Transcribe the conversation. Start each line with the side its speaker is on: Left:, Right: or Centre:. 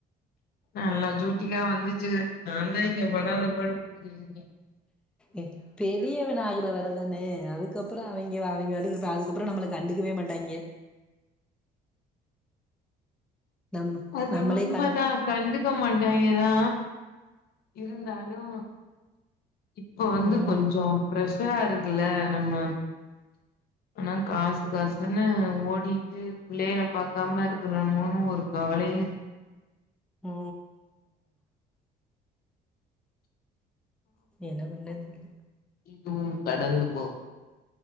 Left: நல்லா ஜுட்டிக்கா வந்துச்சுக நாந்தா இங்க படாத பாடு பட்டுட்டிருக்கே
Centre: ஏ பெரியவநாகர வர அதானே அதுக்கப்றோ அவிங்க அவிங்க பாட்டுக்கு இருப்பா அதுக்கப்றோ நம்மள கண்டுக்கவே மாட்டாங்கே நம்ம
Left: அது
Centre: நம்மளே
Left: உண்மதா
Centre: கண்டு
Left: கண்டுக்க மாட்டாயிங்கதா இருந்தாலு இப்போ வந்து
Centre: ம்
Left: கொஞ்சோ ப்ரஷரா இருக்குல்ல நம்ம ஆனா காசு காசுன்னு ஓடிட்டு பிள்ளையில பாக்காம இருக்குறமோணு ஒரு கவலையு இருக்
Centre: ஓ என்ன பண்ணே தெர்ல
Left: இதுவும் கடந்து போகும்